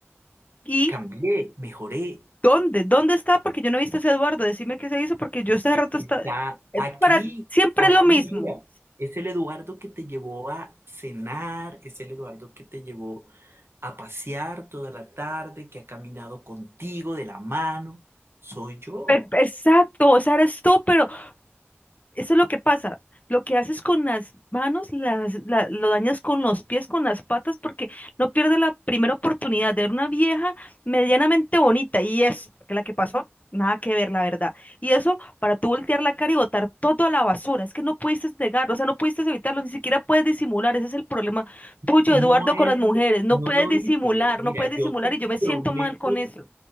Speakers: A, on the left; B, on the right.
A: ¿y
B: cambié, mejoré.
A: dónde? ¿Dónde está? Porque yo no he visto a ese Eduardo, decime qué se hizo, porque yo este rato
B: Está
A: está, eh,
B: aquí,
A: para siempre
B: aquí,
A: lo mismo.
B: mira, es el Eduardo que te llevó a cenar, es el Eduardo que te llevó a pasear toda la tarde, que ha caminado contigo de la mano, soy yo.
A: Per- exacto, o sea, eres tú, pero Eso es lo que pasa. Lo que haces con las manos, las, la- lo dañas con los pies, con las patas, porque no pierdes la primera oportunidad de ver una vieja medianamente bonita. Y es que la que pasó, nada que ver, la verdad. Y eso para tú voltear la cara y botar todo a la basura. Es que no pudiste negarlo, o sea, no pudiste evitarlo, ni siquiera puedes disimular. Ese es el problema tuyo,
B: No
A: Eduardo,
B: es
A: con las mujeres.
B: que
A: No
B: no
A: puedes
B: lo
A: disimular,
B: hice. Mira,
A: no puedes disimular
B: yo te
A: y yo me siento
B: prometo
A: mal con eso.